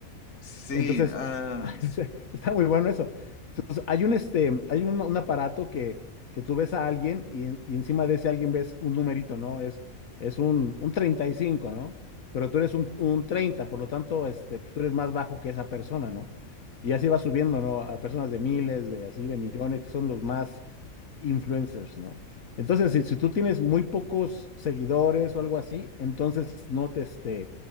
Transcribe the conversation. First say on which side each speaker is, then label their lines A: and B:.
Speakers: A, on the left (about 55°); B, on the left (about 70°).
A: Sí,
B: Entonces,
A: ah,
B: <laughs>
A: s-
B: está muy bueno eso. Entonces, hay un, este, hay un, un aparato que, que tú ves a alguien y, en- y encima de ese alguien ves un numerito, ¿no? Es, es un, un 35, ¿no? Pero tú eres un, un 30, por lo tanto, este, pues tú eres más bajo que esa persona, ¿no? Y así va subiendo, ¿no? A personas de miles, de así, de millones, que son los más, influencers, ¿no? Entonces, si, si tú tienes muy pocos seguidores o algo así, entonces no te, este,